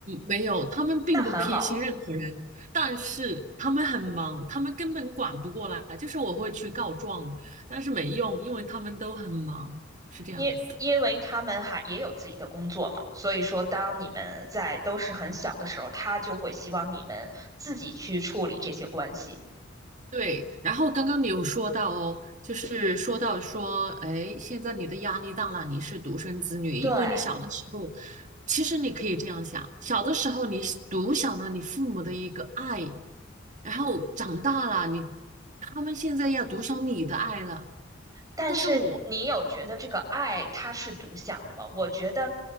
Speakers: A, on the right (about 40°); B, on the right (about 20°).
A: 没有，他们并不偏心任何人，
B: 那很好，
A: 但是他们很忙，他们根本管不过来。就是我会去告状，但是没用，因为他们都很忙，是这样子。
B: 因因为他们还也有自己的工作嘛，所以说当你们在都是很小的时候，他就会希望你们自己去处理这些关系。
A: 对，然后刚刚你有说到哦，就是说到说，哎，现在你的压力大了，你是独生子女，因为你小的时候，
B: 对，
A: 其实你可以这样想，小的时候你是独享了你父母的一个爱，然后长大了，你他们现在要独享你的爱了。
B: 但是你有觉得这个爱它是独享的吗？
A: 但是我的，嗯，
B: 我觉得